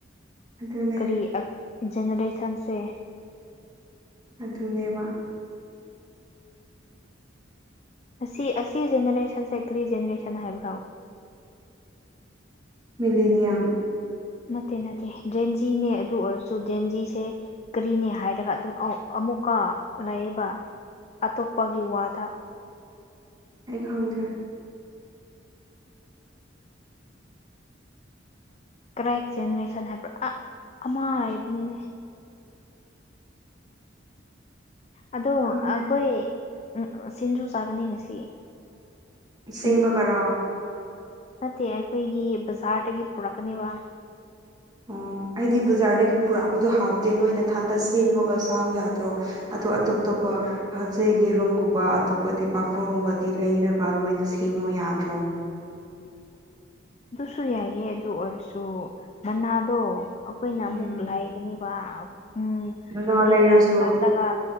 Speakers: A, on the right (about 20°); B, on the left (about 35°).
A: ꯑꯗꯨꯅꯦ
B: ꯀꯔꯤ ꯑ ꯖꯦꯅꯦꯔꯦꯁꯟꯁꯦ
A: ꯑꯗꯨꯅꯦꯕ
B: ꯑꯁꯤ ꯑꯁꯤ ꯖꯦꯅꯦꯔꯦꯁꯟꯁꯦ ꯀ꯭ꯔꯤ ꯖꯦꯅꯔꯦꯁꯟ ꯍꯥꯏꯕ꯭ꯔꯣ
A: ꯃꯤꯂꯤꯅꯤꯌꯝ
B: ꯅꯠꯇꯦ ꯅꯠꯇꯦ ꯖꯦꯟꯖꯤꯅꯦ ꯑꯗꯨ ꯑꯣꯏꯔꯁꯨ ꯖꯦꯟꯖꯤꯁꯦ ꯀꯔꯤꯅꯦ ꯍꯥꯏꯔꯒ ꯑꯗꯨꯝ ꯑꯃꯨꯛꯀ ꯂꯩꯌꯦꯕ ꯑꯇꯣꯞꯄꯒꯤ ꯋꯥꯗ꯫
A: ꯑꯩ ꯈꯪꯗ꯭ꯔꯦ
B: ꯀ꯭ꯔꯦꯛ ꯖꯦꯅꯦꯔꯦꯁꯟ ꯍꯥꯏꯕ꯭ꯔꯥ ꯑꯥ ꯑꯃꯥ ꯍꯥꯏꯕꯅꯤꯅꯦ ꯑꯗꯣ
A: ꯈꯪꯗꯦ
B: ꯑꯈꯣꯏ ꯑꯝ ꯁꯤꯡꯖꯨ ꯆꯥꯒꯅꯤ ꯉꯁꯤ ꯁꯤꯡꯖꯨ
A: ꯁꯦꯝꯃꯒꯔꯣ
B: ꯅꯠꯇꯦ ꯑꯩꯈꯣꯏꯒꯤ ꯕꯖꯥꯔꯗꯒꯤ ꯄꯨꯔꯛꯀꯅꯦꯕ
A: ꯑꯣ ꯑꯩꯗꯤ ꯕꯖꯥꯔꯗꯒꯤ ꯕꯨꯔꯥꯛꯄꯗꯣ ꯍꯥꯎꯗꯦ ꯅꯣꯏꯅ ꯊꯟꯇ ꯁꯦꯝꯃꯒ ꯁꯥ ꯌꯥꯗ꯭ꯔꯣ ꯑꯗꯣ ꯑꯇꯣꯞ ꯇꯣꯞꯄ ꯍꯧꯖꯤꯛꯒꯤ ꯔꯨꯝꯒꯨꯝꯕ ꯑꯇꯣꯞꯄꯗꯤ ꯄꯥꯐꯣꯔꯒꯨꯝꯕꯗꯤ ꯂꯩꯔꯒ ꯅꯣꯏꯅ ꯁꯦꯝꯃꯣ ꯌꯥꯗ꯭ꯔꯣ
B: ꯑꯗꯨꯁꯨ ꯌꯥꯏꯌꯦ ꯑꯗꯨ ꯑꯣꯏꯔꯁꯨ ꯃꯅꯥꯗꯣ ꯑꯈꯣꯏꯅ
A: ꯎꯝ
B: ꯑꯃꯨꯛ ꯂꯥꯏꯒꯅꯤ ꯋꯥ ꯎꯝ
A: ꯃꯅꯥ
B: ꯀꯔꯤ
A: ꯂꯩꯔꯁꯨ
B: ꯀ꯭ꯔ ꯆꯠꯂꯒ